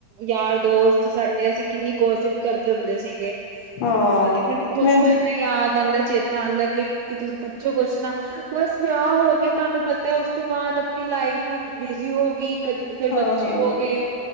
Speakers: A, on the right; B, on the left.
A: ਯਾਰ ਦੋਸਤ ਸਾਡੇ ਅਸੀਂ ਕਿੰਨੀ ਗੋਸਿਪ ਕਰਦੇ ਹੁੰਦੇ ਸੀਗੇ,
B: ਹਾਂ,
A: <unintelligible> ਖੁਦ
B: ਮਿੰਦ
A: ਯਾਦ ਆਂਦਾ ਚੇਤਾ ਆਂਦਾ ਕੀ ਤੁਸੀਂ ਪੁ ਪੁੱਛੋ ਕੁੱਛ ਨਾ ਬਸ ਵਿਆਹ ਹੋਗੇ, ਤੁਹਾਂਨੂੰ ਪਤਾ ਉਸ ਤੋਂ ਬਾਅਦ ਆਪਣੀਂ ਲਾਈਫ ਬਿਜੀ ਹੋ ਗਈਂ। ਕਦੀ, ਫਿਰ
B: ਹਾਂ
A: ਬੱਚੇ
B: ਹਾਂ
A: ਹੋ ਗਏ,